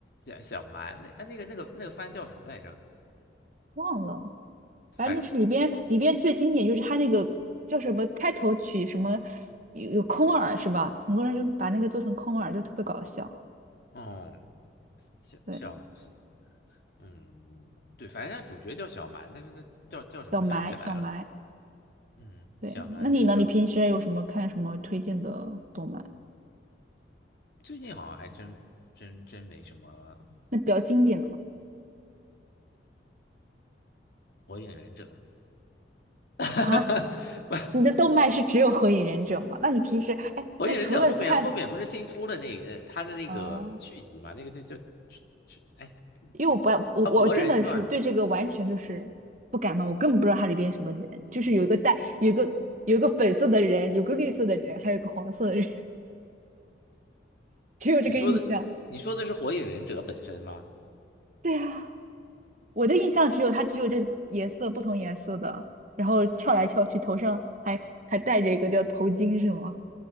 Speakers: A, on the left; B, on the right.
A: 小小蛮，那啊那个那个那个番叫什么来着？
B: 忘了，反正就是里边里边最经典就是他那个叫什么开头曲什么
A: 反正，
B: 有有空耳是吧？很多人就把那个做成空耳，就特别搞笑。
A: 嗯，
B: 对，
A: 小小。嗯，对，反正他主角叫小蛮，但是他叫叫什么想不起来了。
B: 小埋小埋，
A: 嗯，
B: 对，
A: 小蛮这个小，
B: 那你呢？你平时还有什么看什么推荐的动漫？
A: 最近好像还真真真没什么
B: 那比较经典的呢？
A: 《火影忍者》。<laughs>
B: 啊，你的动漫是只有《火影忍者》吗？那你平时哎，
A: 火影忍者后面后面不是新出了那个他的那个续集嘛？
B: 那除了看啊？
A: 那个那叫是是哎
B: 因为我不爱我我真的是对这个完全就是不感冒，
A: 啊《博人传》。
B: 我根本不知道它里边什么人，就是有一个带有一个有一个粉色的人，有个绿色的人，还有个黄色的人，<laughs> 只有这个印象。
A: 你说的你说的是《火影忍者》本身吗？
B: 对啊，我的印象只有它只有这颜色不同颜色的，然后跳来跳去，头上还还戴着一个叫头巾是吗？